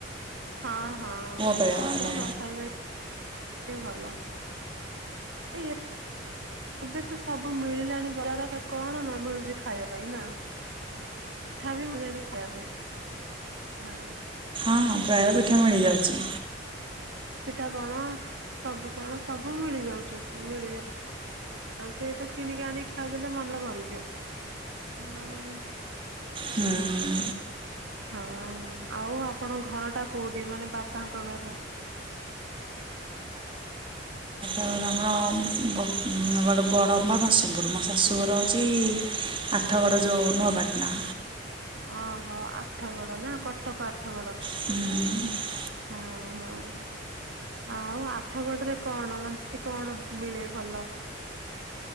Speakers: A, on the right; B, on the right.
A: ହଁ ହଁ
B: କହିବା
A: ତା ଅପେକ୍ଷା
B: ମାନେ
A: ନ ଖାଇବା ହିଁ ଭଲ। ଏଇ ଏ ଏବେ ତ ସବୁ ମିଳିଲାଣି ବଜାରରେ କଣ ନ ମିଳୁଛି ଖାଇବା ପାଇଁ ନା। ମିଠା ବି ମୁଁ ଯାଏନି ଖାଇବା ପାଇଁ। ହଁ।
B: ହଁ ପ୍ରାୟ ପିଠା ମିଳିଯାଉଛି।
A: ପିଠା କଣ ସବୁ କଣ ସବୁ ମିଳି ଯାଉଛନ୍ତି ମିଳିଆ ଯାଉଚି ସେଇ ତ କିଣିକି ଆଣି ଖାଇଦେଲେ ମନ ଭରିଯିବ ଆଉ।
B: ହଁ।
A: ହଁ ଆଉ ଆପଣ ଘର ଟା କୋଉଠି ମାନେ ବାପାଙ୍କ ଘର।
B: ଆମର ବ ବଡ ବଡ଼ମ୍ବା ନରସିଂପୁର ମୋ ଶାଶୁଘର ହେଉଚି ଆଠଗଡ଼ ଯେଉଁ ନୂଆପାଟନା।
A: ଓହୋ ଆଠଗଡ ନା କଟକ ଆଠଗଡ।
B: ହୁଁ
A: ହଁ ହଁ। ଆଉ ଆଠ ଗଡରେ କଣ ମାନେ ସେଠି କଣ ମିଳେ ଭଲ।